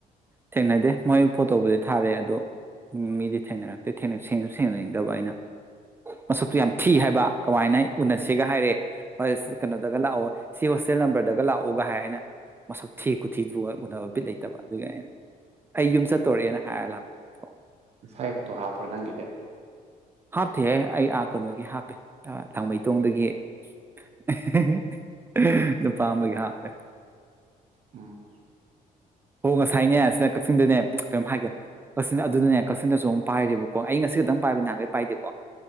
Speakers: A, on the right; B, on the right.
A: ꯊꯦꯡꯅꯗꯦ ꯃꯣꯏ ꯐꯣꯇꯣꯕꯨꯗꯤ ꯊꯥꯔꯦ ꯑꯗꯣ ꯃꯤꯗꯤ ꯊꯦꯡꯅꯔꯛꯇꯦ ꯊꯦꯡꯁꯨ ꯊꯦꯡꯅꯅꯤꯡꯗꯕ ꯑꯩꯅ ꯃꯁꯛꯇꯨ ꯌꯥꯝ ꯊꯤ ꯍꯥꯏꯕ ꯀꯃꯥꯏꯅ ꯎꯅꯁꯦꯒ ꯍꯥꯏꯔꯦ ꯍꯣꯏ ꯁ ꯀꯩꯅꯣꯗꯒ ꯂꯥꯑꯣ ꯁꯤ ꯍꯣꯁꯇꯦꯜ ꯅꯝꯕꯔꯗꯒ ꯂꯥꯛꯑꫭꯒ ꯍꯥꯏ ꯑꯗꯨꯒ ꯑꯩꯅ ꯃꯁꯛ ꯊꯤ ꯈꯨꯊꯤꯗꯨ ꯎꯅꯕꯕ ꯕꯤꯠ ꯂꯩꯇꯕ ꯑꯗꯨꯒꯤ ꯑꯩꯅ ꯑꯩ ꯌꯨꯝ ꯆꯠꯇꫭꯔꯦ ꯍꯥꯏꯔ ꯂꯥꯛꯄ
B: ꯅꯁꯥꯏ ꯐꯣꯇꯣ ꯍꯥꯞꯄ꯭ꯔꯣ ꯅꯪꯒꯤꯗꯤ
A: ꯍꯥꯞꯇꯦꯍꯦ ꯑꯩꯥ ꯑ ꯀꯩꯅꯣꯒꯤ ꯍꯥꯞꯄꯦ ꯂꯥꯡꯃꯩꯗꫭꯡꯗꯒꯤ ꯑꯍꯤ ꯍꯤ ꯍꯤ ꯅꯨꯄꯥ ꯑꯃꯒꯤ ꯍꯥꯞꯄꯦ
B: ꯎꯝ
A: ꯍꯣ ꯉꯁꯥꯏꯅꯦ ꯁꯤꯗ ꯀꯛꯆꯤꯡꯗꯅꯦ ꯀꯩꯅꫭꯝ ꯍꯥꯏꯒꯦ ꯀꯛꯆꯤꯡ ꯑꯗꯨꯗꯅꯦ ꯀꯛꯆꯤꯡꯗꯁꯨ ꯑꯃꯝ ꯄꯥꯏꯔꯦꯕꯀꯣ ꯑꯩ ꯉꯁꯤ ꯈꯛꯇꯪ ꯄꯥꯏꯕꯅꯦ ꯅꯍꯥꯟꯈꯩ ꯄꯥꯏꯗꯦꯀꯣ